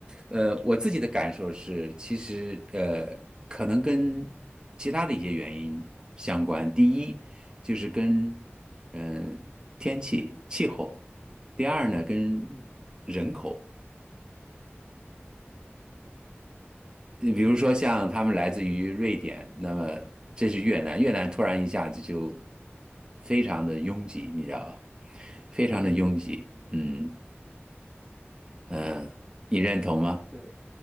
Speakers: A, on the right; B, in the centre.
A: 呃，我自己的感受是，其实呃，可能跟其他的一些原因相关。第一就是跟嗯、呃天气气候，第二呢跟
B: 嗯
A: 人口。你比如说像他们来自于瑞典，那么这是越南，越南突然一下子就非常的拥挤，你知道吧？非常的拥挤，
B: 嗯
A: 嗯嗯，
B: 嗯，
A: 呃你认同吗？
B: 对。